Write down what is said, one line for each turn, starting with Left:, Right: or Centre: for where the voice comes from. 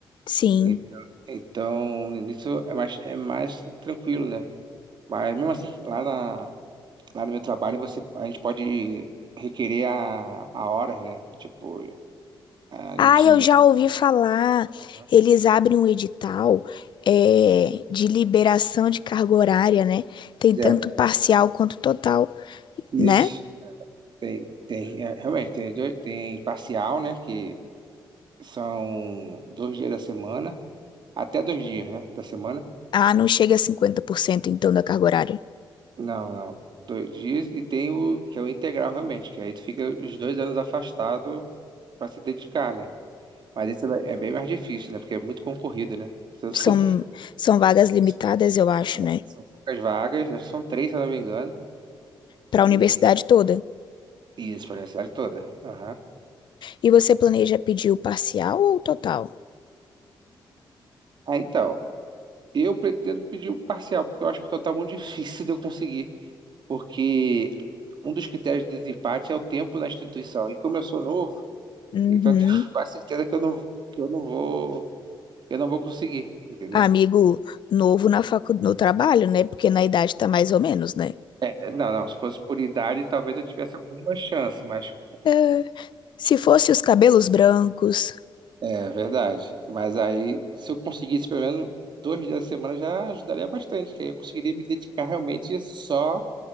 Left: Sim.
Right: então Então, no início é mais, é mais tranquilo, né? Mas mesmo assim, lá, na, lá no meu trabalho, você, a gente pode requerer a, a horas, né? Tipo, a
Left: Ah,
Right: gente.
Left: eu já ouvi falar.
Right: Aham.
Left: Eles abrem um edital é, de liberação de carga horária, né? Tem tanto
Right: É,
Left: parcial quanto total,
Right: isso.
Left: né?
Right: Tem, tem, é, realmente, tem, dois, tem parcial, né? Que são dois dias da semana, até dois dias, né? Da semana.
Left: Ah, não chega a cinquenta por cento, então da carga horária.
Right: Não, não. Dois dias e tem o que é o integral realmente, que aí tu fica os dois anos afastado pra se dedicar, né? Mas esse é é bem mais difícil, né? Porque é muito concorrido, né? <laughs> São,
Left: São,
Right: são-
Left: são vagas limitadas,
Right: são-
Left: eu acho,
Right: é,
Left: né?
Right: são poucas vagas, acho que são três, se eu não me engano.
Left: Para a
Right: E,
Left: universidade toda.
Right: e isso para a cidade toda. Aham.
Left: E você planeja pedir o parcial ou o total?
Right: Ah, então, eu pretendo pedir o parcial, porque eu acho que o total é muito <laughs> difícil de eu conseguir. Porque um dos critérios de desempate é o tempo na instituição. E como eu sou novo,
Left: Uhum.
Right: então eu tenho <laughs> quase certeza que eu não, que eu não vou. Eu não vou conseguir, entendeu?
Left: Amigo novo na facu... no trabalho, né? Porque na idade tá mais ou menos, né?
Right: É, Não, não. Se fosse por idade, talvez eu tivesse alguma chance, mas.
Left: É. Se fosse os cabelos brancos,
Right: É verdade. Mas aí, se eu conseguisse pelo menos dois dias da semana, já ajudaria bastante, que aí eu conseguiria me dedicar realmente só